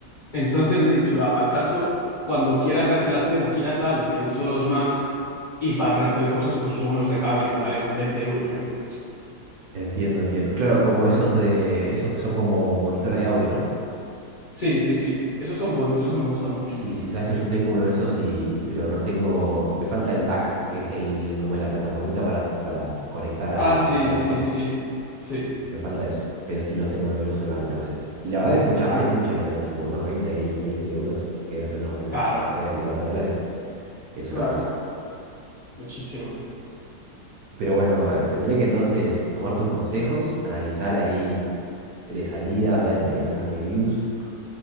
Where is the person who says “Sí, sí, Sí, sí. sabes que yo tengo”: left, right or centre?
Right